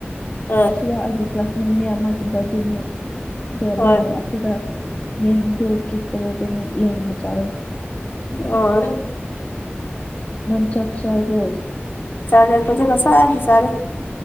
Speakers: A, on the left (about 60°); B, on the left (about 30°).
A: ꯑ
B: ꯑꯁꯤꯗ ꯑꯩꯒꯤ ꯀ꯭ꯂꯥꯁꯃꯦꯠ ꯃꯤꯌꯥꯝ ꯑꯃꯒꯤꯒꯤ ꯕꯥꯔꯗꯦꯅꯦ ꯑꯣ
A: ꯍꯣꯏ
B: ꯃꯥꯅꯨ ꯑꯈꯣꯏꯗ ꯌꯦꯡꯗꯨ ꯇꯔꯤ ꯇꯧꯋꯦ ꯑꯗꯨ ꯌꯦꯟ ꯑꯣꯏ ꯆꯥꯌꯦ
A: ꯑꯣ
B: ꯅꯟ ꯆꯥꯛ ꯆꯔꯕꯔꯣ
A: ꯆꯔꯦ ꯈꯣꯏꯗꯤ ꯉꯁꯥꯏꯗ ꯆꯔꯦ